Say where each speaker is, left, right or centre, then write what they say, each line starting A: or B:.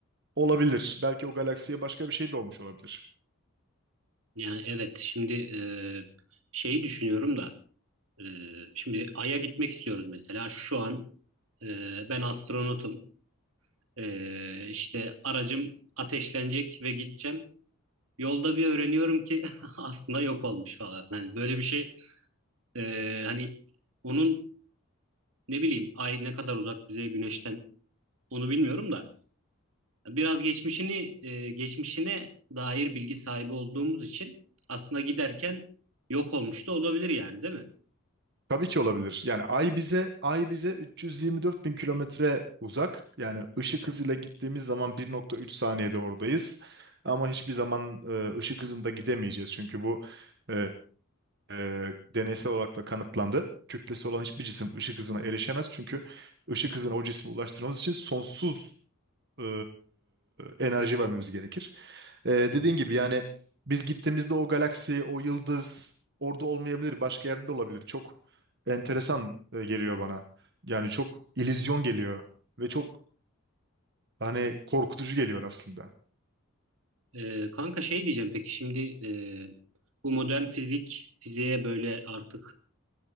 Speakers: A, on the right (about 50°); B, on the right (about 70°).
A: olabilir. Belki o galaksiye başka bir şey de olmuş olabilir.
B: Yani evet şimdi e, şeyi düşünüyorum da e, şimdi Ay'a gitmek istiyoruz mesela şu an e, ben astronotum E, işte aracım ateşlenecek ve gideceğim yolda bir öğreniyorum ki <laughs> aslında yok olmuş falan hani böyle bir şey e, hani onun ne bileyim Ay ne kadar uzak bize Güneş'ten onu bilmiyorum da Biraz geçmişini e, geçmişine dair bilgi sahibi olduğumuz için aslında giderken yok olmuş da olabilir yani değil mi?
A: Tabii ki olabilir. Yani Ay bize Ay bize 324 bin kilometre uzak. Yani ışık hızıyla gittiğimiz zaman 1,3 saniyede oradayız. Ama hiçbir zaman e, ışık hızında gidemeyeceğiz. Çünkü bu e, e, deneysel olarak da kanıtlandı. Kütlesi olan hiçbir cisim ışık hızına erişemez. Çünkü ışık hızına o cismi ulaştırmamız için sonsuz e, enerji vermemiz gerekir. E, dediğin
B: Hı hı.
A: gibi yani biz gittiğimizde o galaksi, o yıldız orada olmayabilir, başka yerde de olabilir. Çok enteresan e, geliyor bana. Yani çok illüzyon geliyor ve çok Hani korkutucu geliyor aslında.
B: E, kanka şey diyeceğim peki şimdi e, bu modern fizik fiziğe böyle artık